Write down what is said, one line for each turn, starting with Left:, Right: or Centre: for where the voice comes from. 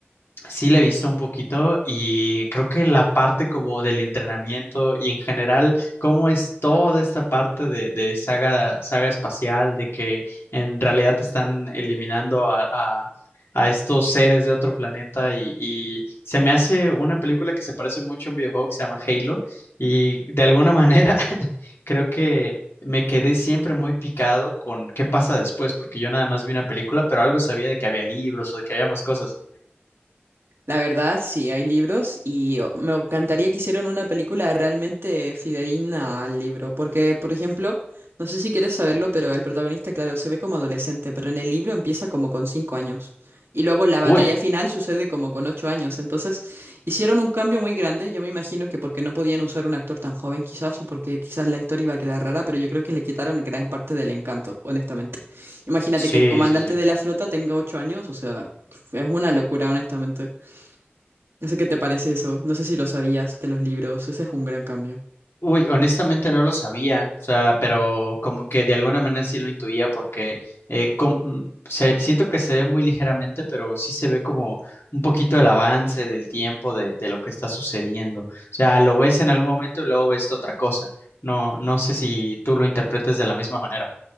Left: Sí, le he visto un poquito y creo que la parte como del entrenamiento y en general, cómo es toda esta parte de, de saga, saga espacial, de que en realidad te están eliminando a, a- a estos seres de otro planeta y, y se me hace una película que se parece mucho a un videojuego que se llama Halo y de alguna manera <laughs> creo que me quedé siempre muy picado con qué pasa después, porque yo nada más vi una película, pero algo sabía de que había libros o de que había más cosas.
Right: La verdad, sí, hay libros y oh, me encantaría que hicieran una película realmente fidedigna al libro, porque, por ejemplo, no sé si quieres saberlo, pero el protagonista, claro, se ve como adolescente, pero en el libro empieza como con cinco años. Y luego la batalla
Left: Uy.
Right: final sucede como con ocho años. Entonces, hicieron un cambio muy grande. Yo me imagino que porque no podían usar un actor tan joven, quizás, o porque quizás la historia iba a quedar rara, pero yo creo que le quitaron gran parte del encanto, honestamente. Imagínate
Left: Sí,
Right: que el comandante
Left: sí, sí.
Right: de la flota tenga ocho años, o sea, es una locura, honestamente. No sé qué te parece eso, no sé si lo sabías de los libros, ese es un gran cambio.
Left: Uy, honestamente no lo sabía, o sea, pero como que de alguna manera sí lo intuía porque eh, com- mm, se- siento que se ve muy ligeramente, pero sí se ve como un poquito el avance del tiempo de, de lo que está sucediendo. O sea, lo ves en algún momento y luego ves otra cosa. No, no sé si tú lo interpretes de la misma manera.